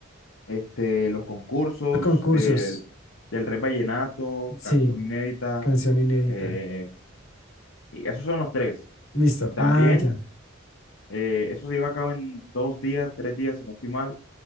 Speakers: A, on the left; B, on the left.
A: Este, los concursos
B: Los concursos.
A: del, del Rey Vallenato,
B: Sí,
A: canción inédita,
B: canción inédita.
A: eh, y esos son los tres.
B: Listo.
A: También,
B: Ah, ya.
A: eh, eso se lleva a cabo en dos días, tres días, si no estoy mal.